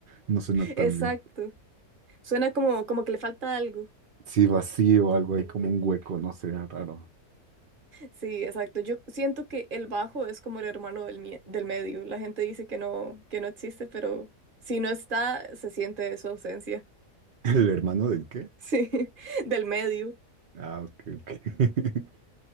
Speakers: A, on the right; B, on the right.
A: no suena tan
B: exacto.
A: bien.
B: Suena como, como que le falta algo.
A: Sí, vacío, algo ahí como un hueco, no sé, raro.
B: Sí, exacto. Yo siento que el bajo es como el hermano del, mie- del medio. La gente dice que no, que no existe, pero si no está, se siente su ausencia.
A: <laughs> ¿El hermano del qué?
B: Sí, <laughs> del medio.
A: Ah, ok, ok. <laughs>